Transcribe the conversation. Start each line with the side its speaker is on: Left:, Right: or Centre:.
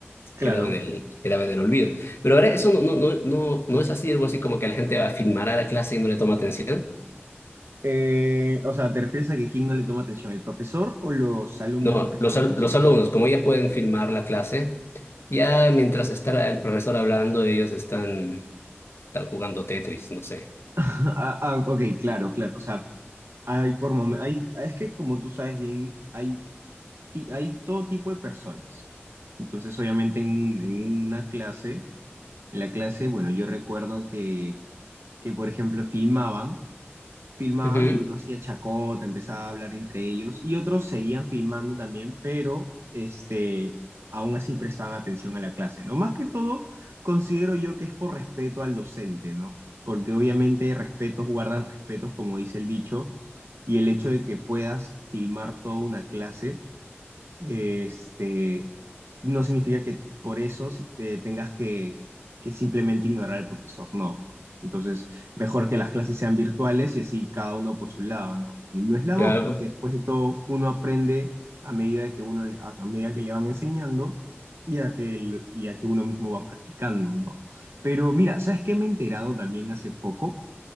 Right: Claro.
Left: Quedaba en el, quedaba en el olvido. Pero ahora eso no, no, no, no, no es así, algo así como que la gente va a filmar a la clase y no le toma atención.
Right: Eh, o sea, ¿te refieres a que quién no le toma atención? ¿El profesor o los alumnos
Left: No,
Right: no prestan
Left: los,
Right: atención?
Left: al- los alumnos,
Right: <laughs>
Left: como ya pueden filmar la clase, ya mientras está el profesor hablando, ellos están, están jugando Tetris, no sé.
Right: Ah, ah, ok, claro, claro. O sea, hay por momen- hay, es que como tú sabes bien, hay, ti- hay todo tipo de personas. Entonces, obviamente, en, en una clase, en la clase, bueno, yo recuerdo que, que por ejemplo, filmaban filmaban
Left: Ujú.
Right: y uno hacía chacota, empezaba a hablar entre ellos y otros seguían filmando también, pero este, aún así prestaban atención a la clase, ¿no? Más que todo, considero yo que es por respeto al docente, ¿no? Porque obviamente respetos guardan respetos, como dice el dicho, y el hecho de que puedas filmar toda una clase este, no significa que por eso si- eh, tengas que, que simplemente ignorar al profesor, no, pues, ¿no? Entonces, mejor que las clases sean virtuales y así cada uno por su lado, ¿no? Y no es la voz,
Left: Ya,
Right: porque después de todo uno aprende a medida que uno le- a a medida que le van enseñando y a que el- y a que uno mismo va practicando, ¿no? Pero mira, ¿sabes qué me he enterado también hace poco?